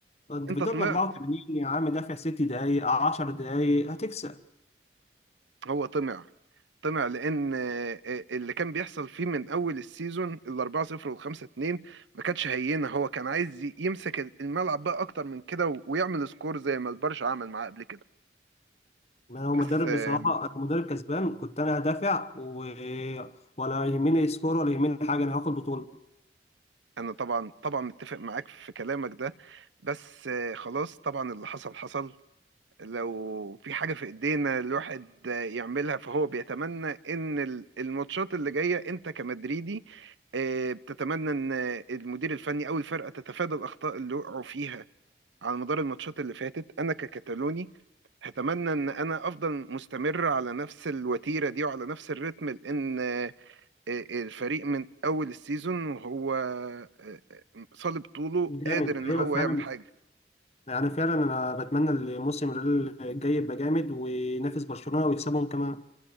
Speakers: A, on the left; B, on the right.
A: طب انت
B: انت
A: في الدقيقه
B: طمعت
A: 84 يا عم دافع ست دقايق 10 دقايق هتكسب
B: هو طمع طمع لان آه، آه، اللي كان بيحصل فيه من اول السيزون ال 4-0 وال 5-2 ما كانتش هينه هو كان عايز ي- يمسك الملعب بقى اكتر من كده و- ويعمل سكور زي ما البرشا عمل معاه قبل كده
A: ما هو
B: بس
A: مدرب
B: آه،
A: بصراحه انا مدرب كسبان كنت انا هدافع و... ولا يهمني سكور ولا يهمني حاجه انا هاخد بطوله
B: انا طبعا طبعا متفق معاك في كلامك ده بس آه، خلاص طبعا اللي حصل حصل لو في حاجة في ايدينا الواحد يعملها فهو بيتمنى ان ال- الماتشات اللي جاية انت كمدريدي آه، بتتمنى ان المدير الفني او الفرقة تتفادى الاخطاء اللي وقعوا فيها على مدار الماتشات اللي فاتت انا ككتالوني هتمنى ان انا افضل مستمر على نفس الوتيره دي وعلى نفس الريتم لان آه، آه، الفريق من اول السيزون وهو آه، آه، صلب طوله
A: جامد
B: قادر ان
A: ايوه
B: هو
A: فعلا
B: يعمل حاجه
A: يعني فعلا انا بتمنى الموسم الجاي يبقى جامد وينافس برشلونه ويكسبهم كمان